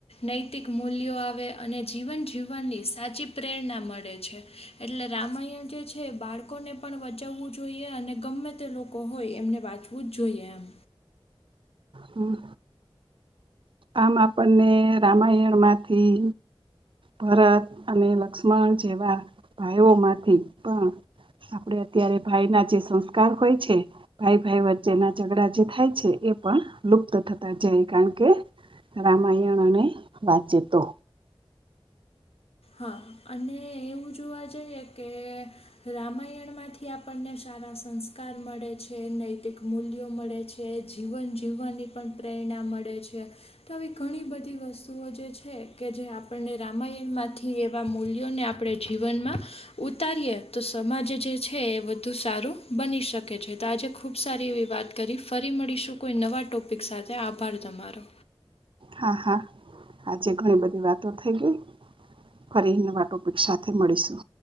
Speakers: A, on the left (about 80°); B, on the right (about 60°).
A: નૈતિક મૂલ્યો આવે અને જીવન જીવવાનની, સાચી પ્રેરણા મળે છે. એટલે રામાયણ જે છે, બાળકોને પણ વચવવું જોઈએ અને ગમે તે લોકો હોય, એમને વાંચવું જ જોઈએ એમ
B: હમ્મ આમ આપણને રામાયણમાંથી ભરત અને લક્ષ્મણ જેવા ભાઈઓમાંથી પણ આપડે અત્યારે ભાઈના જે સંસ્કાર હોય છે. ભાઈ ભાઈ વચ્ચેના ઝઘડા જે થાય છે, એ પણ લુપ્ત થતા જાય કારણ કે રામાયણ અને વાંચીતો
A: હા અને એવું જોવા જઈએ, કે રામાયણમાંથી આપણને સારા સંસ્કાર મળે છે, નૈતિક મૂલ્યો મળે છે. જે જીવન જીવવાની પણ પ્રેરણા મળે છે‌. તો આવી ઘણી બધી વસ્તુઓ જે છે, કે જે આપણને રામાયણ માંથી એવા મૂલ્યોને આપણે જીવનમા ઉતારીએ તો સમાજ જે છે, એ વધુ સારું બની શકે છે, તો આજે ખૂબ સારી એવી વાત કરી ફરી મળીશું કોઈ નવા ટોપિક સાથે આભાર તમારો
B: હા હા આજે ઘણી બધી વાતો થઈ ગઈ. ફરીને વાટોપિકક્ષા મળીશુ